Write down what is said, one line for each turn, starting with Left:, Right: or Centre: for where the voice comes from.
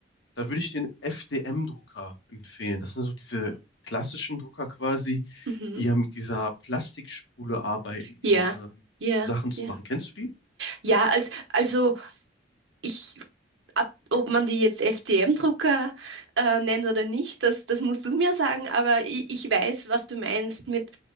Left: da würde ich den FDM-Drucker empfehlen. Das sind so diese klassischen Drucker quasi,
Right: Mhm.
Left: die ja mit dieser Plastikspule arbeiten,
Right: Ja,
Left: um ähm,
Right: ja,
Left: Sachen zu
Right: ja.
Left: machen. Kennst du die?
Right: Ja, als, also ich, ab, ob man die jetzt FDM-Drucker äh, nennt oder nicht, das, das musst du mir sagen, aber ich, ich weiß, was du meinst mit